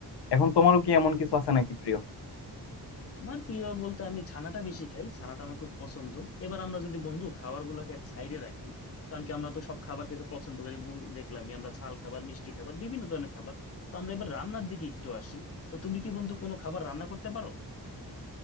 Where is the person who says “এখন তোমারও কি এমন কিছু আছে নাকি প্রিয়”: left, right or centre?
Left